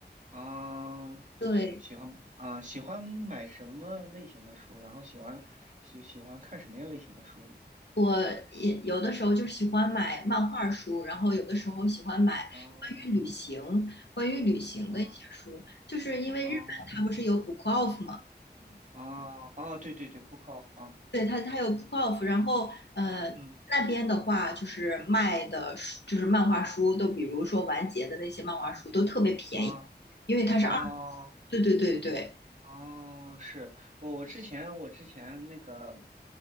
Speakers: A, on the right (about 45°); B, on the left (about 75°).
A: 哦，
B: 对。
A: 喜欢啊、喜欢买什么类型的书？然后喜欢喜喜欢看什么样类型的书呢？
B: 我也有的时候就是喜欢买漫画书，然后有的时候喜欢买关于旅行、
A: 哦
B: 关于旅行的一些书，
A: 哦
B: 就是因为日本它不是有
A: 哦
B: Book Off 吗？
A: 哦哦，对对对，Book of 啊，
B: <clears throat> 对，它它有 Book Off，然后呃那边的话就是卖的书，
A: 嗯
B: 就是漫画书，都比如说完结的那些漫画书都特别便宜，
A: 啊
B: 因为它是二，
A: 哦
B: 对对对对，
A: 哦，是我我之前我之前那个